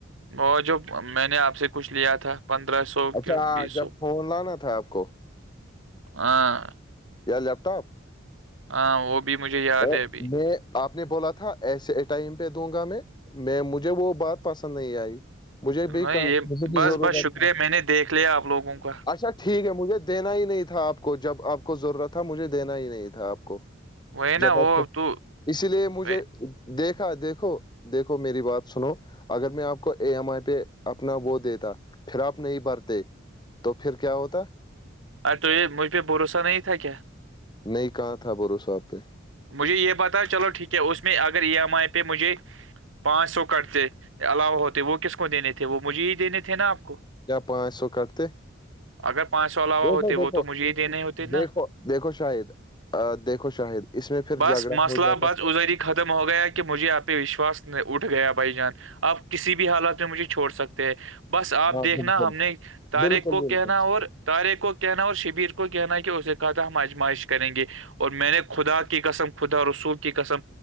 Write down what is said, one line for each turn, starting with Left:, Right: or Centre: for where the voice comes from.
Right: وہ جو میں نے آپ سے کچھ لیا تھا پندرہ سو
Left: اچھا
Right: کن بی
Left: جب
Right: سو
Left: فون لانا تھا آپ کو
Right: ہاں
Left: یا لیپٹاپ
Right: ہاں وہ بھی مجھے یاد
Left: تو
Right: ہے ابھی
Left: میں آپ نے بولا تھا ایسے ٹائم پہ دوں گا میں میں مجھے وہ بات پسند نہیں آئی مجھے
Right: نہیں
Left: بھی کہ
Right: یہ
Left: مجھے بھی
Right: بس
Left: ضرورت
Right: بس شکریہ
Left: ہے
Right: میں نے دیکھ لیا آپ لوگوں کا
Left: اچھا ٹھیک ہے مجھے دینا ہی نہیں تھا آپ کو جب آپ کو ضرورت تھا مجھے دینا ہی نہیں تھا آپ کو
Right: وہی نا
Left: جاں
Right: وہ تو
Left: اس لیے مجھے
Right: ارے
Left: دیکھا دیکھو دیکھو میری بات سنو اگر میں آپ کو اے ایم آئی پہ اپنا وہ دیتا پھر آپ نہیں بھرتے تو پھر کیا ہوتا
Right: ار تو یہ مجھ پہ بھروسہ نہیں تھا کیا
Left: نہیں کہاں تھا بھروسہ آپ پہ
Right: مجھے یہ پتا چلو ٹھیک ہے اس میں اگر ای ایم آئی پہ مجھے پانچ سو کرتے علاوہ ہوتے وہ کس کو دینے تھے وہ مجھے ہی دینے تھے نا آپ کو
Left: کیا پانچ سو کٹتے
Right: اگر پانچ سو علاوہ
Left: دیکھو
Right: ہوتے
Left: دیکھو
Right: وہ تو مجھے ہی دینے ہوتے
Left: دیکھو
Right: نا
Left: دیکھو شاہد دیکھو شاہد اس میں پھر
Right: بس
Left: جھگڑا
Right: مسئلہ
Left: ہو جاتا
Right: بس ادھر ہی ختم ہو گیا کہ مجھے آپہ وشواس اٹھ گیا بھائی جان آپ کسی بھی حالات پہ مجھے چھوڑ سکتے ہیں بس آپ
Left: ہاں
Right: دیکھنا
Left: بالکل
Right: ہم نے طاریخ
Left: بالکل
Right: کو
Left: بالکل
Right: کہنا اور طاریخ کو کہنا اور شبیر کو کہنا ہے کہ اسے کہا تھا ہم آجمائش کریں گے اور میں نے خدا کی قسم خدا رسول کی قسم